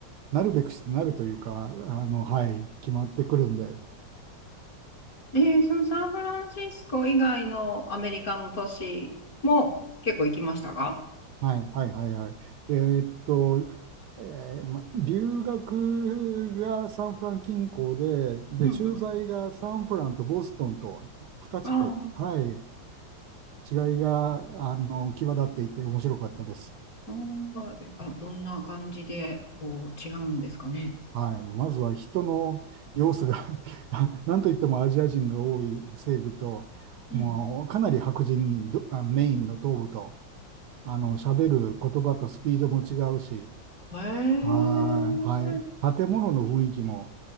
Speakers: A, on the right; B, on the left.
A: なるべくしてなるというか、あの、はい、決まってくるんで、
B: えそのサンフランシスコ以外のアメリカの都市も結構行きましたか
A: はい、はい、はい、はい。えーっと、えーま、留学がサンフラン近郊で、で、
B: うんうん。
A: 駐在がサンフランとボストンと2
B: ああ、
A: 地区、はい、違いが、あの、際立っていて面白かったです。
B: あーえあ、どんな感じで、こう、違うんですかね。
A: はい、まずは人の様子が <laughs> ななんといってもアジア人が多い西部と、
B: うん。
A: もうかなり白人どあメインの東部と、あの、喋る言葉とスピードも違うし、
B: へえ。
A: はい、はい。建物の雰囲気も